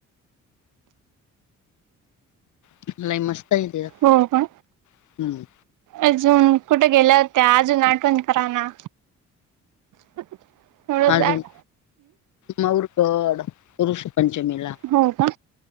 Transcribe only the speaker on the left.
होतो लय मस्त आहे ते
हम्म
अजून माऊरगड ऋषीपंचमीला